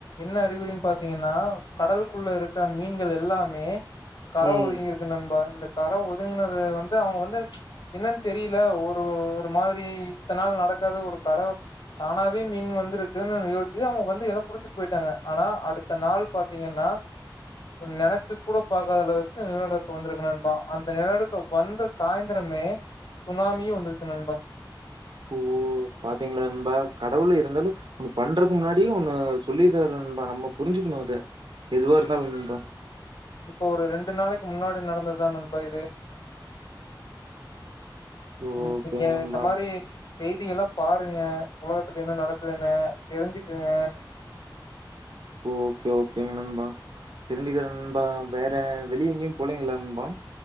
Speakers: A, on the left (about 60°); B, on the right (about 70°).
A: என்ன அறிகுறின் பாத்தீங்கன்னா கடலுக்குள்ள இருக்க மீன்கள் எல்லாமே கர
B: ம்
A: ஒதுங்கிருக்கு நண்பா இந்த கர ஓத் வந்து அவுங்க வந்து என்னன்னு தெரியல ஒரு ஒரு மாதிரி இத்தன நாள் நடக்காத ஒரு கரவை தானாவே மீன் வந்துருக்குன்னு யோசிச்சு அவுங்க வந்து புடிச்சுட்டு போயிட்டாங்க ஆனா அடுத்த நாள் பாத்தீங்கன்னா நினைச்சு கூட பாக்காத அளவுக்கு நில நடுக்கம் வந்திருக்கு இந்த நிலநடுக்கோ வந்த சாயிந்தரமே சுனாமியு வந்துருச்சு நண்பா
B: ஓ பாத்தீங்களா நண்பா கடவுள் இருந்தாலு ஒன்னு பண்றதுக்கு முன்னாடியு ஒன்னு சொல்லி இருப்பாரு நண்பா நம்ப புரிஞ்சுக்கணு அத எதுவா இருந்தாலு நண்பா
A: இப்போ ஒரு ரெண்டு நாளைக்கு முன்னாடி நடந்ததுதா நண்பா இது
B: ஓகேங்க
A: ம் நீங்க
B: நண்பா
A: இந்த மாரி செய்தியெல்லா பாருங்க உலகத்துல என்ன நடக்குதுன்னு தெரிஞ்சுக்குங்க
B: ஓகே ஓகேங்க நண்பா தெரிஞ்சுக்குறங் நண்பா வேற வெளிய எங்கேயும் போலிங்களா நண்பா